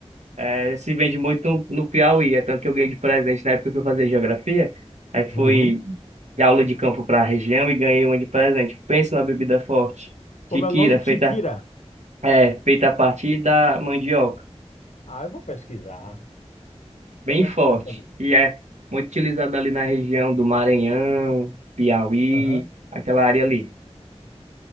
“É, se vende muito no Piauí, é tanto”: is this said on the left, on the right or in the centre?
Right